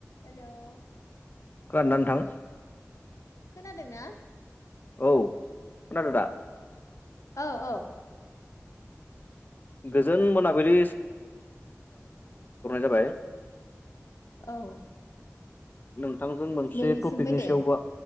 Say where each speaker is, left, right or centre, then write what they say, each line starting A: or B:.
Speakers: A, on the left (about 75°); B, on the left (about 35°).
A: हेल'
B: खोनना थां?
A: खोनादों ना?
B: औ। खोनदो दा?
A: औ औ।
B: गोजोन मोननाबलि जाबाय
A: <inaudible> औ।
B: नोंथांजों मोनसे
A: नोंनिसिमबो
B: टपिकनि
A: दे
B: सायावबो